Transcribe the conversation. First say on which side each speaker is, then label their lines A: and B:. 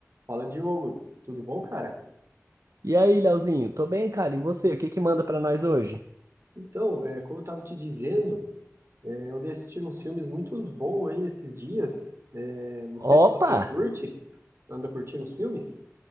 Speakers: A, on the right (about 50°); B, on the right (about 80°).
A: Fala, Diogo. Tudo bom, cara?
B: E aí, Leozinho, tô bem, cara. E você, o que que manda pra nós hoje?
A: Então, é, como eu estava te dizendo, é, eu andei assistindo uns filmes muito bons aí esses dias. É, não sei
B: Opa!
A: se você curte, anda curtindo os filmes?